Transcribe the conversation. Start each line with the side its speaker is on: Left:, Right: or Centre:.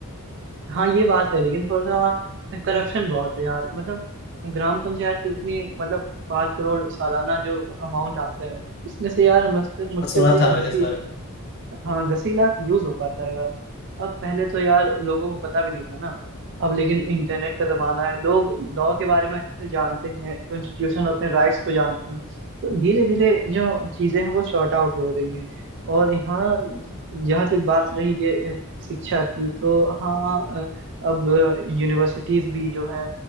Right: हाँ ये बात है लेकिन थोड़ा सा वहाँ करप्शन बहुत है यार मतलब ग्राम पंचायत में उतनी मतलब पाँच करोड़ सालाना जो अमाउंट आते हैं उसमें से यार मुश्किल मुश्किल
Left: सुना
Right: से यार
Left: था मैंने
Right: दस
Left: इस बारे में
Right: हाँ दस ही लाख यूज हो पाता है यार अब पहले तो यार लोगों को पता भी नहीं था ना अब लेकिन इंटरनेट का जमाना है लोग लॉ के बारे में अच्छे से जानते हैं कॉन्स्टिट्यूशन अपने राइट्स को जानते हैं तो धीरे धीरे जो चीजें हैं वो सॉर्ट आउट हो रही हैं और यहाँ जहाँ तक बात रही ये अ, शिक्षा की तो हाँ अ, अब यूनिवर्सिटीज भी जो है